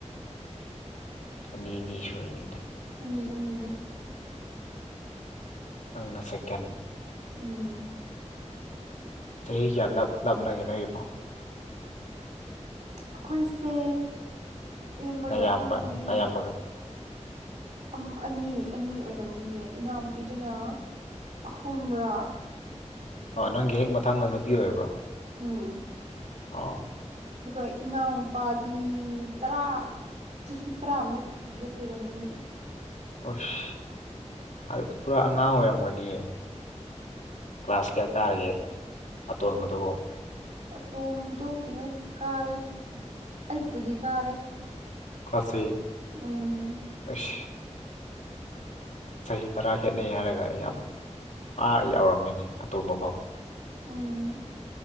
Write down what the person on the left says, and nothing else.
ꯑꯅꯤ ꯑꯅꯤ ꯁꯨꯔꯅꯤꯗꯥ
ꯅꯪꯅ ꯁꯦꯀꯦꯟ
ꯆꯍꯤ ꯀꯌꯥ ꯂꯞ ꯂꯥꯞꯅꯒꯦ ꯅꯣꯏꯒꯤꯕꯣ
ꯅꯌꯥꯝꯕ
ꯅꯌꯥꯝꯕꯒ
ꯑ ꯅꯪꯒꯤ ꯍꯦꯛ ꯃꯊꯡꯗ ꯅꯨꯄꯤ ꯑꯣꯏꯔꯕ꯭ꯔꯣ
ꯑꯣ
ꯑꯁ ꯑꯗꯨꯗꯤ ꯄꯨꯔꯥ ꯑꯉꯥꯡ ꯑꯣꯏꯔꯝꯒꯅꯤꯌꯦ ꯀ꯭ꯂꯥꯁ ꯀꯌꯥ ꯀꯥꯔꯒꯦ ꯑꯇꯣꯟꯕꯗꯨꯕꯨ
ꯀ꯭ꯂꯥꯁꯩ
ꯑꯁ ꯆꯍꯤ ꯇꯔꯥ ꯈꯦꯠꯅꯩ ꯍꯥꯏꯔꯒ ꯑꯩ ꯌꯥꯝ ꯑꯥ ꯌꯥꯎꯔꯝꯃꯅꯤ ꯑꯇꯣꯝꯕ ꯐꯥꯎ